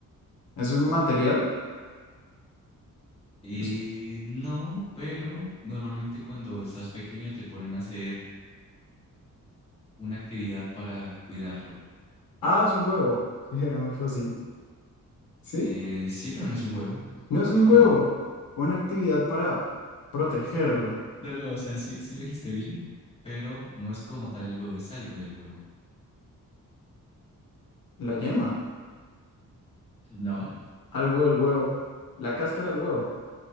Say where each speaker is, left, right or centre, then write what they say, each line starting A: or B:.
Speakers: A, on the left; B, on the left.
A: es un material.
B: Eh,
A: Es-
B: no, pero normalmente cuando estás pequeño te ponen a hacer una actividad para cuidarlo.
A: ah, es un huevo. <laughs> Sí, era muy fácil. ¿Sí?
B: Eh, sí, pero no es un huevo.
A: No es
B: Sí,
A: un
B: pero
A: huevo.
B: no.
A: Una actividad para protegerlo.
B: No, no, o sea, sí, sí lo dijiste bien, pero no es como tal el huevo, es algo del huevo.
A: La yema.
B: No,
A: Algo del huevo. La cáscara del huevo.